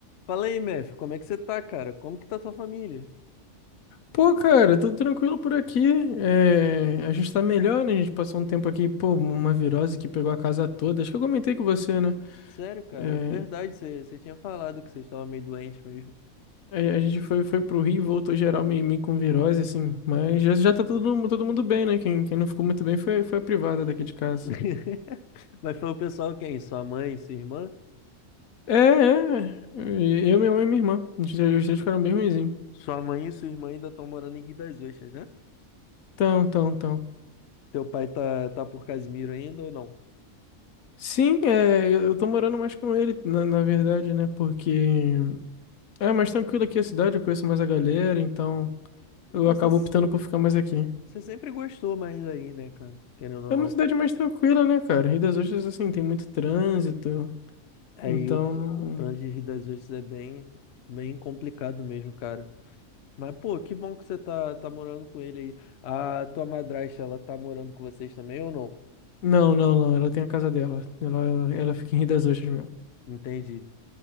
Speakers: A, on the left; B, on the left.
A: Fala aí, Mef, como é que você tá, cara? Como que tá tua família?
B: Pô, cara, tudo tranquilo por aqui. É, a gente tá melhor, né? A gente passou um tempo aqui, pô, uma virose que pegou a casa toda. Acho que eu comentei com você, né?
A: Sério, cara,
B: É,
A: verdade, você você tinha falado que você estava meio doente mesmo.
B: a, a gente foi, foi pro Rio e voltou geral meio, meio com virose, assim. Mas já, já tá todo, mu- todo mundo bem, né? Quem, quem não ficou muito bem foi, foi a privada daqui de casa.
A: <laughs> Mas foi o pessoal quem? Sua mãe e sua irmã?
B: É, é. E Eu, meu mãe e minha irmã. A gente- Os dois ficaram bem ruinzinhos.
A: Sua mãe e sua irmã ainda estão morando em Rio das Ostras, né?
B: Então, então, então.
A: Teu pai tá, tá por Casimiro ainda ou não?
B: Sim, é, eu, eu tô morando mais com ele, na, na verdade, né? Porque É mais tranquilo aqui é a cidade, eu conheço mais a galera, então eu
A: É, Você,
B: acabo optando por ficar mais aqui.
A: você sempre gostou mais daí, né, cara? Querendo ou
B: É
A: não.
B: uma cidade mais tranquila, né, cara? Rio das Ostras, assim, tem muito trânsito,
A: Aí
B: então
A: o,
B: não...
A: o trânsito de Rio das Ostras é bem, bem complicado mesmo, cara. Mas, pô, que bom que você tá, tá morando com ele aí. A tua madrasta, ela tá morando com vocês também ou não?
B: Não, não, não, ela tem a casa dela. Ela, ela fica em Rio das Ostras mesmo.
A: Entendi.